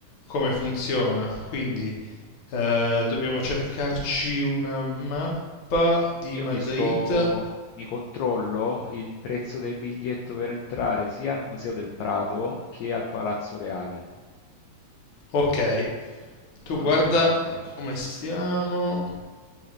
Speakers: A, on the left (about 55°); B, on the left (about 80°).
A: come funziona. Quindi eh, dobbiamo cercarci una mappa di
B: Io
A: Madrid.
B: mi sto, mi controllo il prezzo del biglietto per entrare sia al Museo del Prado che al Palazzo Reale.
A: Ok, tu
B: Allora,
A: guarda come stiamo.